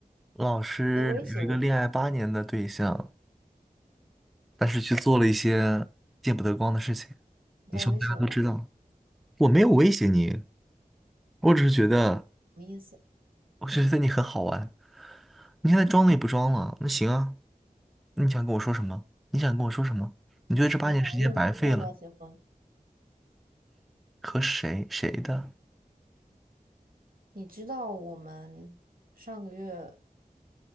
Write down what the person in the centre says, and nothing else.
老师有一个恋爱八年的对象，
但是去做了一些见不得光的事情？
你希望大家都知道，
我没有威胁你，我只是觉得，
我只是觉得你很好玩。你现在装了也不装了，那行啊，你想跟我说什么？你想跟我说什么？你觉得这八年时间白费了？
和谁谁的？